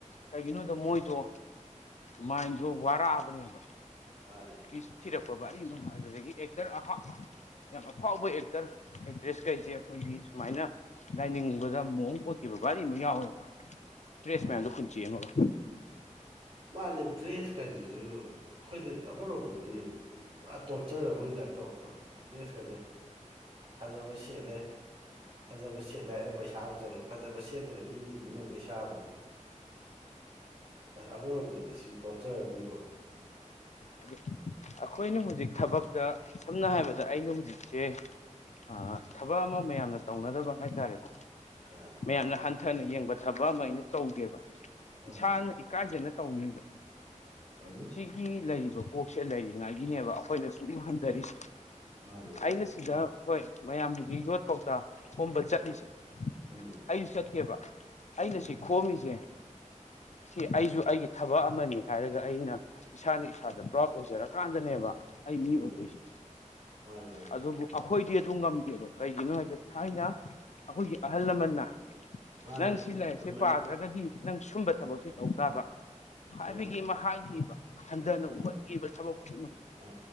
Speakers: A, on the left; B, on the right.
A: ꯀꯩꯒꯤꯅꯣꯗ ꯃꯣꯏꯗꯣ ꯃꯥꯏꯟꯗꯣ ꯋꯥꯔꯛꯑꯕꯅꯦꯕ
B: ꯃꯥꯅꯦ
A: ꯄꯤꯁ ꯊꯤꯔꯛꯄ ꯕꯔꯤꯃꯥꯖꯨ ꯑꯗꯨꯗꯒꯤ ꯑꯦꯛꯇꯔ ꯑꯍꯥ ꯌꯥꯝ ꯑꯐꯥꯎꯕ ꯑꯦꯛꯇꯔ ꯑꯦꯛꯇ꯭ꯔꯦꯁ ꯀꯩꯁꯦ ꯑꯩꯈꯣꯏꯒꯤ ꯁꯨꯃꯥꯏꯅ ꯂꯥꯏꯅꯤꯡꯕꯗ ꯃꫭꯡ ꯑꯣꯏꯈꯤꯕ ꯕꯥꯔꯤ ꯑꯃ ꯌꯥꯎꯋꯦꯕ ꯇ꯭ꯔꯦꯁ
B: ꯑꯣ
A: ꯃꯌꯥꯝꯗꯣ ꯍꯨꯟꯆꯦꯛ ꯑꯃꯒ
B: ꯃꯥꯅꯦ ꯗ꯭ꯔꯦꯁ ꯀꯥꯏꯁꯤꯁꯨ ꯑꯩꯈꯣꯏꯗ ꯑꯃꯔꯣꯝꯗꯗꯤ ꯄꯨꯔꯥ ꯇꯣꯔꯆꯔ ꯃꯒꯤ ꯇꯥꯏꯞ ꯇꯧꯔꯛꯇ꯭ꯔꯣ ꯗ꯭ꯔꯦꯁꯀꯁꯦ ꯐꯖꯕ ꯁꯦꯠꯂꯦ ꯐꯖꯕ ꯁꯦꯠꯂꯦ ꯍꯥꯏꯔꯦ ꯄꯩꯁꯥ ꯑꯃꯨꯛ ꯆꯪꯉꯦ ꯐꯖꯕ ꯁꯦꯠꯇ꯭ꯔꯦ ꯃꯤ ꯃꯤꯅꯣꯛ ꯃꯩꯁꯥ ꯑꯃꯨꯛ ꯑꯁ ꯑꯃꯥꯔꯣꯝꯗꯗꯤ ꯁꯤ ꯇꯣꯠꯆꯔ ꯑꯃꯥꯅꯤꯀꯣ
A: ꯑꯗꯨ ꯑꯩꯈꯣꯏꯅ ꯍꯧꯖꯤꯛ ꯊꯕꯛꯇ ꯁꯝꯅ ꯍꯥꯏꯔꯕꯗ ꯑꯩꯅ ꯍꯧꯖꯤꯛꯁꯦ ꯑ ꯊꯕꯛ ꯑꯃ ꯃꯌꯥꯝꯅ ꯇꯧꯅꯗꯕ ꯍꯥꯏꯇꯥꯔꯦꯀꯣ
B: ꯑꯥ
A: ꯃꯌꯥꯝꯅ ꯍꯟꯊꯅ ꯌꯦꯡꯕ ꯊꯕꯛ ꯑꯃ ꯑꯩꯅ ꯇꯧꯒꯦꯕ
B: ꯑꯥ
A: ꯏꯁꯥꯅ ꯏꯀꯥꯏꯖꯅ ꯇꯧꯅꯤꯕ
B: ꯇꯧꯅꯤ
A: ꯁꯤꯒꯤ ꯂꯩꯔꯤꯕ ꯀꯣꯛꯁꯦ ꯂꯩꯔꯤꯉꯥꯏꯒꯤꯅꯦꯕ ꯑꯩꯈꯣꯏꯅ ꯁꯨꯝ ꯍꯟꯊꯔꯤꯁꯦ
B: ꯃꯥꯅꯦ ꯃꯥꯅꯦ
A: ꯑꯩꯅ ꯁꯤꯗ ꯍꯣꯏ ꯃꯌꯥꯝꯗꯨꯒꯤ ꯌꯣꯠ ꯀꯧꯇꯥ ꯍꯣꯝꯕ ꯆꯠꯂꯤꯁꯦ
B: ꯎꯝ
A: ꯑꯩꯁꯨ ꯆꯠꯀꯦꯕ
B: ꯎꯝ
A: ꯑꯩꯅ ꯁꯤ ꯈꯣꯝꯃꯤꯁꯦ ꯁꯤ ꯑꯩꯁꯨ ꯑꯩꯒꯤ ꯊꯕꯛ ꯑꯃꯅꯤ ꯍꯥꯏꯔꯒ ꯑꯩꯅ ꯏꯁꯥꯅ ꯏꯁꯥꯗ ꯄ꯭ꯔꯥꯎꯠ ꯂꯣꯏꯖꯔꯀꯥꯟꯗꯅꯦꯕ ꯑꯩ ꯃꯤ
B: ꯑꯥ
A: ꯑꯣꯏꯗꯣꯏꯁꯦ
B: ꯃꯥꯅꯦ ꯃꯥꯅꯦ
A: ꯑꯗꯨꯕꯨ ꯑꯩꯈꯣꯏꯗꯤ ꯑꯗꯨꯝ ꯉꯝꯗꯦꯕ ꯀꯩꯒꯤꯅꯣ ꯍꯥꯏꯗ ꯊꯥꯏꯅ ꯑꯩꯈꯣꯏꯒꯤ ꯑꯍꯜ ꯂꯃꯟꯅ
B: ꯃꯥꯅꯦ
A: ꯅꯪ ꯁꯤ ꯂꯥꯏꯔꯤꯛꯁꯦ
B: ꯆꯨꯝꯃꯦ
A: ꯄꯥꯗ꯭ꯔꯒꯗꯤ ꯅꯪ ꯁꯨꯝꯕ ꯊꯕꯛꯁꯦ ꯇꯧ ꯇꯥꯕ ꯍꯥꯏꯕꯒꯤ
B: ꯑꯥ
A: ꯑꯃ ꯍꯥꯏꯈꯤꯕ ꯍꯟꯊꯅ
B: ꯑꯥ
A: ꯎꯍꯟꯈꯤꯕ ꯊꯕꯛ ꯈꯨꯗꯤꯡꯃꯛ
B: ꯑꯥ